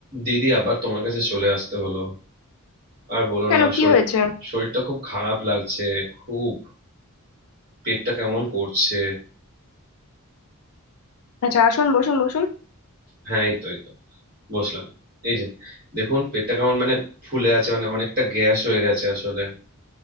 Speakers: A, on the right; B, on the left.
A: দিদি আবার তোমার কাছে চলে আসতে হলো আর বলো
B: কেন
A: না
B: কি
A: শরীর
B: হয়েছে
A: শরীরটা খুব খারাপ লাগছে খুব পেটটা কেমন করছে
B: আচ্ছা আসুন বসুন বসুন
A: হ্যাঁ এই তো এই তো বসলাম এই যে দেখুন পেটটা কেমন মানে ফুলে আছে মানে অনেকটা গ্যাস হয়ে গেছে আসলে